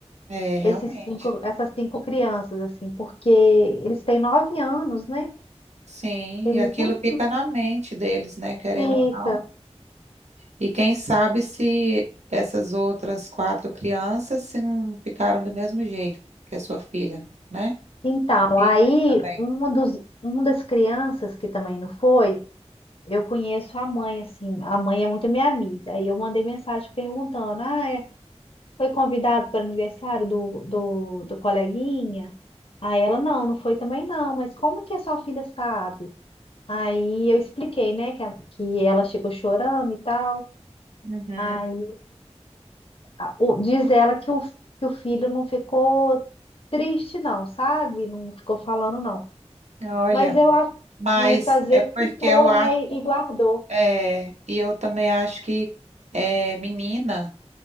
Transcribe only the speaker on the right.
É, realmente.
Sim,
e aquilo
fica na mente deles, né, querendo
ou não. E quem sabe se essas outras quatro crianças se não ficaram do mesmo jeito que a sua filha, né?
Sim,
também.
Uhum,
Olha,
mas
é porque
eu acho,
é, e eu também acho que é, menina,